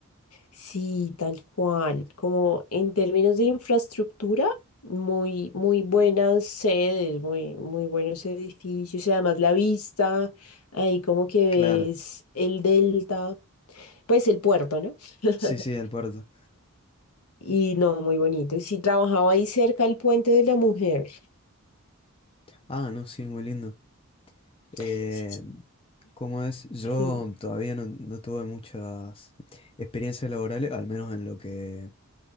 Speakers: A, on the left (about 80°); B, on the left (about 25°).
A: Sí, tal cual. Como en términos de infraestructura, muy, muy buenas sedes, muy, muy buenos edificios y además la vista, ahí como que
B: Claro,
A: ves el delta, pues el puerto, ¿no? <laughs>
B: sí, sí, el puerto.
A: Y no, muy bonito. Y sí, trabajaba ahí cerca del Puente de la Mujer.
B: Ah, no, sí, muy lindo. Eh,
A: <clears throat> Sí, sí,
B: ¿cómo es? Yo
A: mm,
B: todavía no, no tuve muchas experiencias laborales, al menos en lo que,